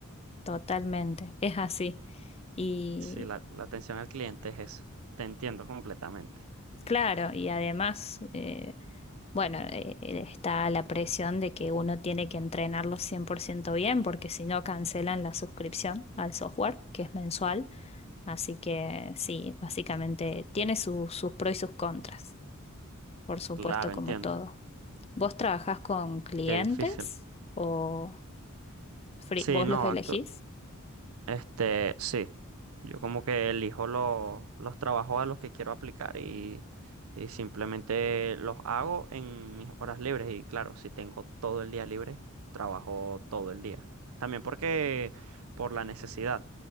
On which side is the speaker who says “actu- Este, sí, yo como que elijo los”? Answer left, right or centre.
Right